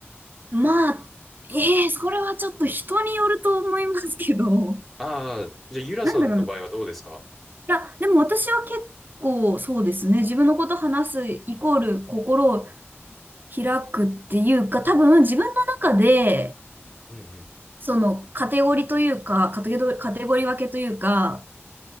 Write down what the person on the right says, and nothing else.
まあ、ええそれはちょっと人によると思いますけど、
なんだろう。いや、でも私は結構そうですね。自分のこと話すイコール心を開くっていうか、多分自分の中で、
そのカテゴリーというか、カテゴリー、カテゴリー分けというか、